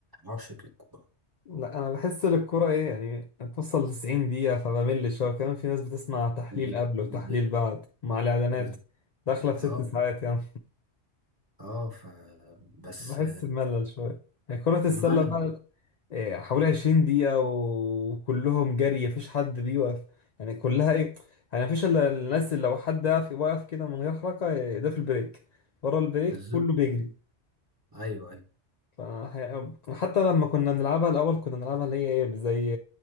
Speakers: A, on the right; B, on the left.
A: عاشق للكورة
B: لا انا بحس ان الكوره ايه يعني بتوصل 90 دقيقه فبمل شويه كمان في ناس بتسمع تحليل
A: بت...
B: قبل وتحليل
A: بت...
B: بعد مع الاعلانات
A: بز...
B: داخله في ست
A: اه
B: ساعات يعني
A: اه ف بس
B: بحس بملل شويه يعني كره السله
A: ملل
B: بقى إيه، حوالي 20 دقيقه وكلهم جري مفيش حد بيوقف يعني كلها ايه يعني مفيش الا الناس اللي لو حد واقف واقف كده من غير حركه إيه، ده في البريك ورا البريك
A: بالظبط
B: كله بيجري
A: ايوه ايوه
B: فهي- حتى لما كنا بنلعبها الأول كنا بنلعبها اللي هي إيه زي